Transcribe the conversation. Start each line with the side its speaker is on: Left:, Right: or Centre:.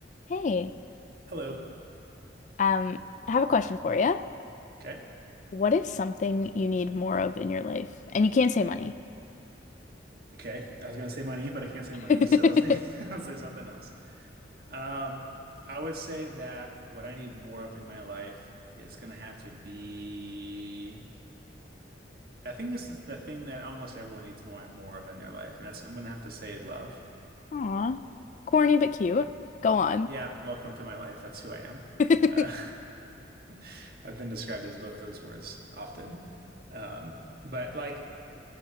Left: Hey,
Right: Hello.
Left: um, I have a question for you.
Right: Okay.
Left: What is something you need more of in your life? And you can't say money.
Right: Okay. I was gonna say money, but I can't say
Left: <laughs>
Right: money, so I'll say <laughs> I'll say something else. Um, I would say that what I need more of in my life is gonna have to be. I think this is the thing that almost everyone needs more more of in their life, and that's I'm gonna have to say love.
Left: Aw, corny but cute. Go on.
Right: Yeah, welcome to my life. That's who I am.
Left: <laughs>
Right: Uh, <laughs> I've been described as both those words often. Um, but like,